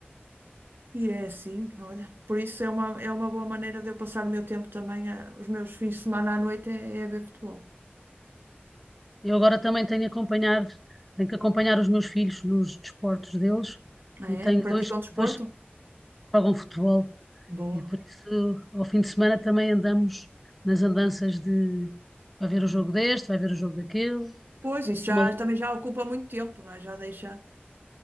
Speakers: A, on the right (about 65°); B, in the centre.
A: E é assim, olha. Por isso é uma, é uma boa maneira de eu passar o meu tempo também, a- os meus fins de semana à noite é, é a ver futebol.
B: Eu agora também tenho acompanhar, tenho que acompanhar os meus filhos nos desportos deles
A: Ah,
B: e
A: é?
B: tenho
A: Praticam
B: dois,
A: desporto?
B: dois que jogam futebol
A: Boa.
B: e por isso ao fim de semana também andamos nas andanças de vai ver o jogo deste, vai ver o jogo daquele.
A: Pois, isso já,
B: Uma-
A: também já ocupa muito tempo, não é? Já deixa.